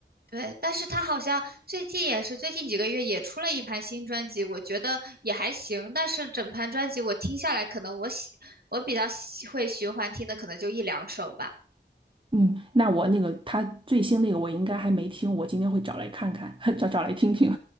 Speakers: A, on the right; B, on the right.
A: 对，但是他好像最近也是最近几个月也出了一盘新专辑，我觉得也还行。但是整盘专辑我听下来，可能我喜我比较喜会循环听的，可能就一两首吧。
B: 嗯，那我那个他最新那个我应该还没听，我今天会找来看看，<laughs> 找找来听听。